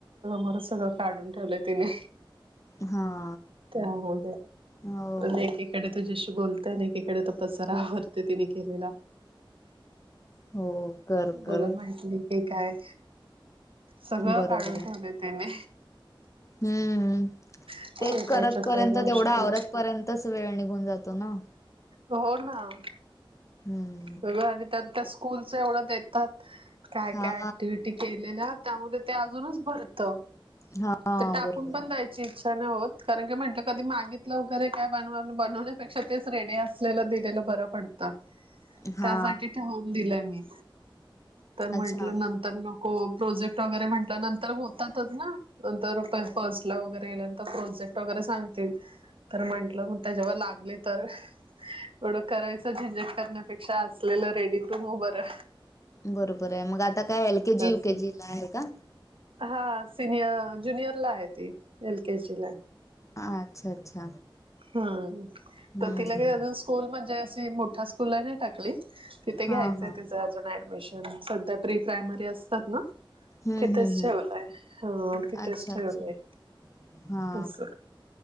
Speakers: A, on the right (about 85°); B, on the left (about 35°).
A: मर सगळ काढून ठेवलंय तिने.
B: हा
A: त्या
B: हो
A: तेक इकडे तुज्याशी बोलताय न एकीकडे, तो पसारा आवरतेय. ते तिने केलेला.
B: हो कर
A: बोला,
B: कर
A: माहित नाही. हे काय, सगळं
B: बरोबर
A: काढून
B: आहे
A: ठेवले तेने.
B: हम्म.
A: छोट्या
B: तेच करतपर्यंत.
A: छोट्या गोष्टी
B: तेवढं आवरतपर्यंतच, वेळ निघून जातो ना.
A: हो, ना.
B: हम.
A: सगळं आणि त्यात त्या, स्कूलच एवढं देतात. काय-
B: हा
A: काय ऍक्टिव्हटी ते. तेला. त्यामध्ये ते अजूनच भरतं.
B: हा.
A: ते टाकून
B: बरोबर
A: पण
B: आहे
A: द्यायची, इच्छा नाही होत. कारण की म्हटलं, कधी मागित लवकर काय बनवा- बनवण्यापेक्षा, तेच रेडी असलेलं दिलेलं, बरं पडतं.
B: हा
A: त्यासाठी ठेवून दिलं मी. तर म्हटलं,
B: अच्छा
A: नंत तर नको. प्रोजेक्ट वगैरे म्हंटल, नंतर होतातच ना. नंतर फर्स्ट ला वगर ते नंतर प्रोजेक्ट वगैरे सांगतील. तर म्हंटलं, मग त्या जेव्हा लागले. तर एवढं करायचं झेंजेट करण्यापेक्षा, असलेलं रेडी टू मूव्ह बरं.
B: बरोबरय मग आता काय, एल केजी,
A: असं
B: यू केेजी ला आहे का?
A: हा सिनियर, ज्युनियर ला आहे ती. एल केजी लाय.
B: हा. अच्छा - अच्छा.
A: हा.
B: हम्म
A: तर तिला काय
B: हम्म
A: अजून, स्कूल म्हणजे, अशी मोठ्या स्कूल नाही टाकली. तिथे घ्यायचंय
B: हा हा
A: तिचं अजून ऍडमिशन. सध्या प्री- प्रायमरी असतात ना?
B: हम्म,
A: तिथेच
B: हम्म,
A: ठेवलंय
B: हम्म.
A: हा तिथेच
B: अच्छा-
A: ठेवलंय
B: अच्छा. हा.
A: असं